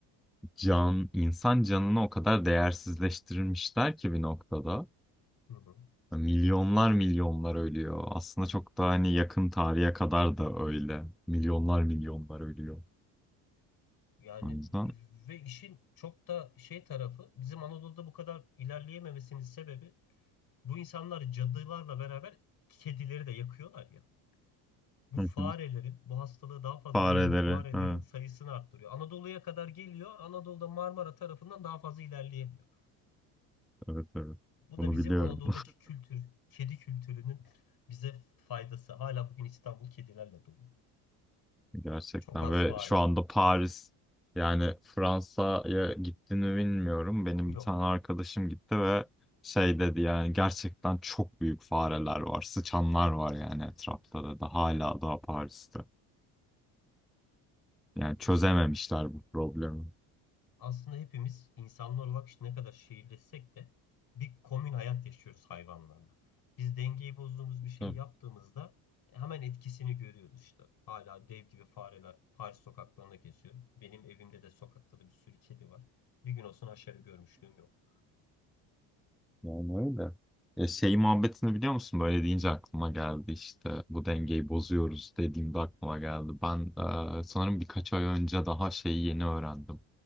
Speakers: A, in the centre; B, on the left.
A: can, insan canını o kadar değersizleştirilmişler ki bir noktada.
B: Hı hı.
A: Milyonlar milyonlar ölüyor. Aslında çok da hani yakın tarihe kadar da öyle. Milyonlar milyonlar ölüyor.
B: Yani
A: O yüzden
B: ve işin çok da şey tarafı bizim Anadolu'da bu kadar ilerleyememesinin sebebi bu insanlar cadılarla beraber kedileri de yakıyorlar ya. Bu farelerin,
A: Hı hı.
B: bu hastalığı daha fazla
A: fareleri.
B: yayan farelerin
A: Ha,
B: sayısını arttırıyor. Anadolu'ya kadar geliyor. Anadolu'da Marmara tarafından daha fazla ilerleyemiyor.
A: evet evet.
B: Bu
A: Bunu
B: da bizim
A: biliyorum.
B: Anadolu'daki kültür, kedi kültürünün bize faydası. Hala bugün İstanbul kedilerle dolu.
A: <laughs> Gerçekten
B: Çok az
A: ve
B: fare
A: şu anda
B: var.
A: Paris yani Fransa'ya gitti mi bilmiyorum. Benim
B: Yok.
A: bir tane arkadaşım gitti ve şey dedi yani gerçekten çok büyük fareler var. Sıçanlar var yani etrafta da da hala daha Paris'te. Yani çözememişler
B: İşte
A: bu problemi.
B: aslında hepimiz insanlar olarak işte ne kadar şehirleşsek de bir komün hayat yaşıyoruz hayvanlarla. Biz dengeyi bozduğumuz bir şey
A: Tabii.
B: yaptığımızda hemen etkisini görüyoruz işte. Hala dev gibi fareler Paris sokaklarına geziyor. Benim evimde de sokakta da bir sürü kedi var. Bir gün olsun aşağı görmüşlüğüm yok.
A: Yani öyle. E, şey muhabbetini biliyor musun? Böyle deyince aklıma geldi işte bu dengeyi bozuyoruz dediğimde aklıma geldi. Ben e, sanırım birkaç ay önce daha şeyi yeni öğrendim.